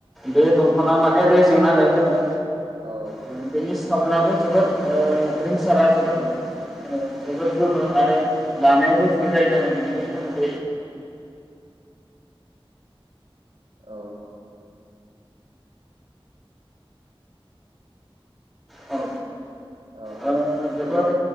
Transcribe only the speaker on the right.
औ
गोमो
ओं
उम
औ।
औ
दे